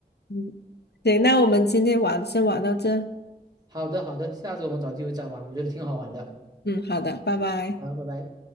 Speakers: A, on the left (about 80°); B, on the right (about 25°).
A: 嗯，对，那我们今天玩先玩到这，
B: 好的，好的，下次我们找机会再玩，我觉得挺好玩的。
A: 嗯，好的，拜拜。
B: 好，拜拜。